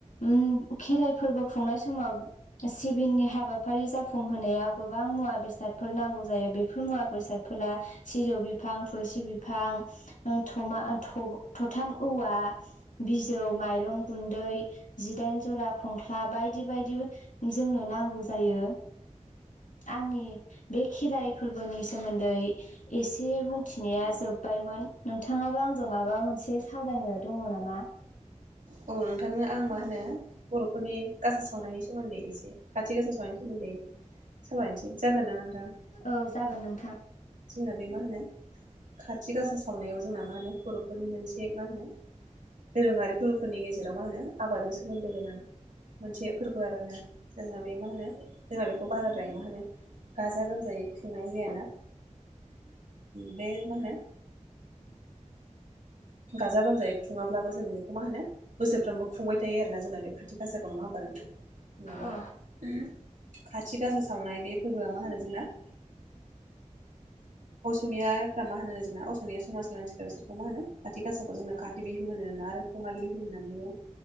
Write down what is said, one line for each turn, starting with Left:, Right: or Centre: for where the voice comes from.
Left: उम खेराइ फोरबो खुंनाय समाव सिबिननि हाबाफारि जाफुंहोनायाव गोबां मुवा बेसादफोर नांगौ जायो बे मुवा बेसादफोरा सिजौ बिफां थुलसि बिफां ओ थमा थ थथाम औवा बिजौ माइरं गुन्दै जिदाइन जरा खंख्ला बायदि बायदि जोंनो नांगौ जायो आंनि बे खेराइ फोरबोनि सोमोन्दै एसे बुंथिनाया जोबबायमोन। नोंथाङाबो आंजों माबा मोनसे सावरायनो दङ नामा?
Right: औ नोंथांनो आं मा होनो बर'फोरनि गाजा सावनायनि सोमोन्दै एसे खाथि गासा सावनायनि सोमोन्दै सावरायनोसै जागोनना नोंथां
Left: औ जागोन नोंथां
Right: जोंना बे मा होनो खाथि गासा सावनायाव जोंना मा होनो बर'फोरनि मोनसे मा होनो दोरोङारि फोरबोफोरनि गेजेराव मा होनो आबादजों सोमोन्दो गोनां मोनसे फोरबो आरोना जोंना मे मा मा होनो जोंना बेखौ बाराद्राय मा होनो गाजा गोमजायै संनाय जायाना बे माहोनो गाजा गोमजायै खुङाब्लाबो जों बेखौ मा होनो बोसोरफ्रामबो खुंबाय थायो आरोना जोंना बे खाथि गासाखौ नङा होमबा नोंथां जोंना बे
Left: औ
Right: खाथि गासा सावनाय बे फोरबोआ मा होनो जोंना असमियाफ्रा मा होनो जोंना असमिया समाजनि मानसिफ्रा बिसोरखौ मा होनो खाथि गासाखौ जोंना खाथि बिहु होनो ना आरो खङालि बिहु होननानैबो